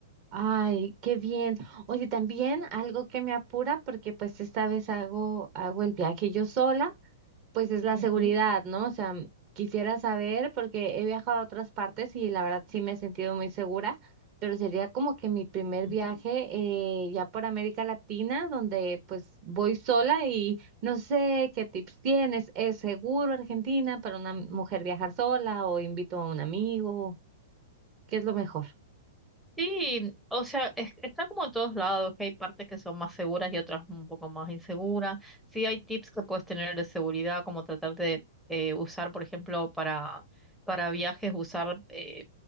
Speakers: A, on the right; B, in the centre.
A: Ay, qué bien. Oye, también algo que me apura porque pues esta vez hago, hago el viaje yo sola. pues es la
B: Ujú,
A: seguridad, ¿no? O sea, quisiera saber porque he viajado a otras partes y la verdad sí me he sentido muy segura, pero sería como que mi primer
B: ujú.
A: viaje eh, ya por América Latina, donde pues voy sola y no sé qué tips tienes. ¿Es seguro Argentina para una mujer viajar sola o invito a un amigo? ¿Qué es lo mejor?
B: Sí, o sea, es- está como en todos lados, que hay partes que son más seguras y otras un poco más inseguras. Sí hay tips que puedes tener de seguridad, como tratar de eh, usar, por ejemplo, para, para viajes, usar eh,